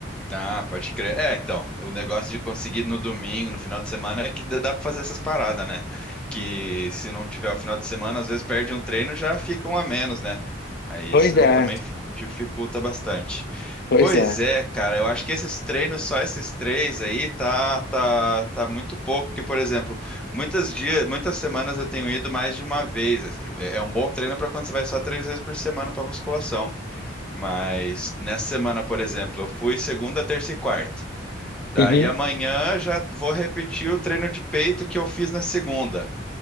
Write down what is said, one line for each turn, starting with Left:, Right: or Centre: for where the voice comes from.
Centre: Ah, pode crer. É, então, o negócio de conseguir no domingo, no final de semana, é que dá dá pra fazer essas paradas, né? Que se não tiver o final de semana, às vezes perde um treino, já fica um a menos, né? Aí
Left: Pois
Centre: isso
Left: é,
Centre: também fi- dificulta bastante.
Left: pois
Centre: Pois
Left: é.
Centre: é, cara, eu acho que esses treinos, só esses três aí, tá, tá, tá muito pouco. Porque, por exemplo, muitas dias, muitas semanas eu tenho ido mais de uma vez. É tipo, é é um bom treino para quando você vai só três vezes por semana para musculação. Mas nessa semana, por exemplo, eu fui segunda, terça e quarta. Daí
Left: Uhum.
Centre: amanhã já vou repetir o treino de peito que eu fiz na segunda.